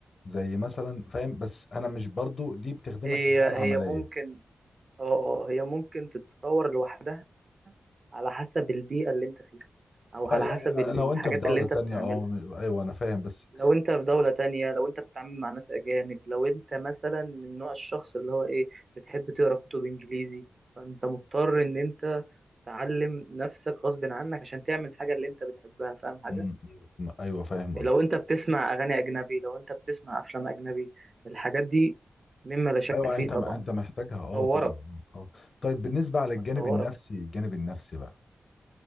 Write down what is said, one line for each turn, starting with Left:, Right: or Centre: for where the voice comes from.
Left: زي مثلا فاهم بس انا مش برضو دي بتخدمك
Right: هي
Left: في الحياه العمليه
Right: هي ممكن اه آه، هي ممكن تتطور لوحدها على حسب البيئه اللي انت فيها او على
Left: اه يعني
Right: حسب ال-
Left: لو
Right: الحاجات
Left: انت في دولة
Right: اللي انت
Left: تانية
Right: بتعملها
Left: اه ايوه انا فاهم بس
Right: لو انت في دولة تانية لو انت بتتعامل مع ناس اجانب لو انت مثلا من نوع الشخص اللي هو ايه بتحب تقرا كتب انجليزي فانت مضطر ان انت تعلم نفسك غصب عنك عشان تعمل حاجة اللي انت بتحبها فاهم حاجة
Left: مم، مم، ايوه فاهم
Right: لو
Left: قصدي
Right: انت بتسمع اغاني اجنبي لو انت بتسمع افلام اجنبي الحاجات دي مما لا شك
Left: ايوه
Right: فيه
Left: انت
Right: طبعا
Left: ما انت محتاجها اه
Right: طورك
Left: طبعا اه آه. طيب بالنسبه على الجانب
Right: هتطورك
Left: النفسي الجانب النفسي بقى